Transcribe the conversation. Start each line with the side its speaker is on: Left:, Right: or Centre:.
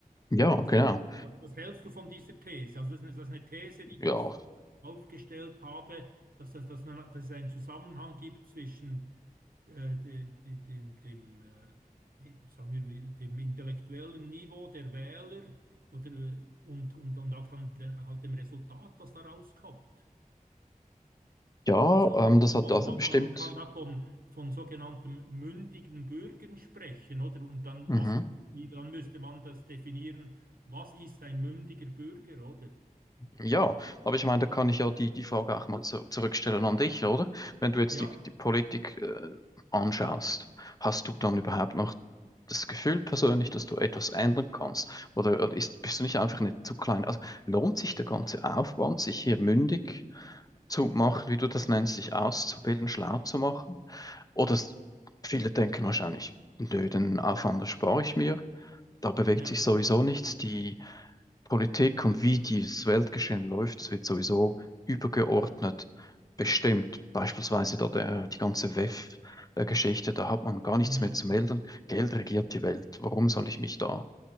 Left: Ja,
Right: Weiß
Left: genau.
Right: nicht, was, was hältst du von dieser These? Also das ist eine, das ist eine These, die ich
Left: Ja,
Right: jetzt aufgestellt habe, dass, dass, dass, man, dass es einen Zusammenhang gibt zwischen äh, de, de, dem, dem, äh, sagen wir, dem intellektuellen Niveau der Wähler oder, äh, und, und, und auch dann der, halt dem Resultat, was da rauskommt.
Left: ja,
Right: Also,
Left: ähm, das hat
Right: also
Left: also bestimmt.
Right: man, man kann da von, von sogenannten mündigen Bürgern sprechen, oder? Und dann,
Left: Mhm.
Right: was, dann müsste man das definieren, was ist ein mündiger Bürger, oder?
Left: Ja, aber ich meine, da kann ich ja die, die Frage auch mal zu, zurückstellen an dich, oder? Wenn du jetzt
Right: Ja,
Left: die, die Politik äh, anschaust, hast du dann überhaupt noch das Gefühl persönlich, dass du etwas ändern kannst? Oder, oder ist, bist du nicht einfach nicht zu klein? Also lohnt sich der ganze Aufwand, sich hier mündig zu machen, wie du das nennst, sich auszubilden, schlau zu machen? Oder s- viele denken wahrscheinlich, nö, den Aufwand erspare ich mir. Da bewegt
Right: ja.
Left: sich sowieso nichts. Die Politik und wie dieses Weltgeschehen läuft, das wird sowieso übergeordnet bestimmt. Beispielsweise da der, die ganze WEF-Geschichte, da hat man gar nichts
Right: Mhm.
Left: mehr zu
Right: mhm.
Left: melden. Geld regiert die Welt. Warum soll ich mich da